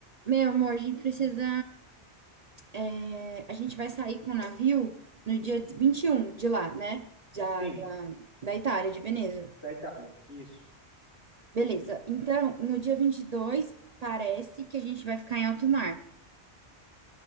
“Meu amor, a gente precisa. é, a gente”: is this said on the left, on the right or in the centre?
Right